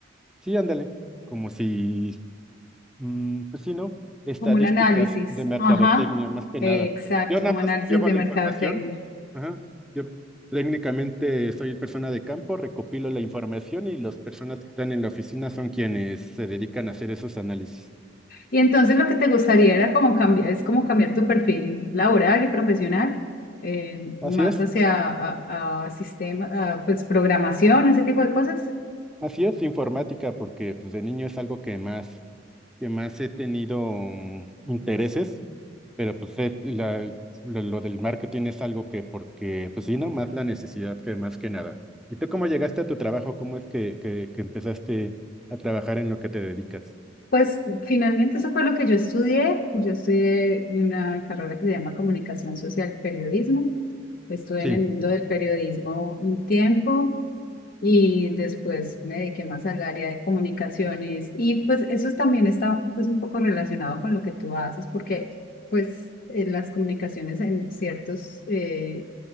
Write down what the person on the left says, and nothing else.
como un análisis.
Ajá,
exacto,
como análisis
de
mercadotecnia.
Y entonces lo que te gustaría era como cambiar, es como cambiar tu perfil laboral y profesional, eh,
más
hacia a, a sistema, a, pues programación, ese tipo de cosas.
Pues finalmente eso fue lo que yo estudié. Yo estudié una carrera que se llama Comunicación Social Periodismo. Estuve
en el mundo del periodismo un tiempo y después me dediqué más al área de comunicaciones y pues eso también está pues un poco relacionado con lo que tú haces porque pues en las comunicaciones en ciertos eh,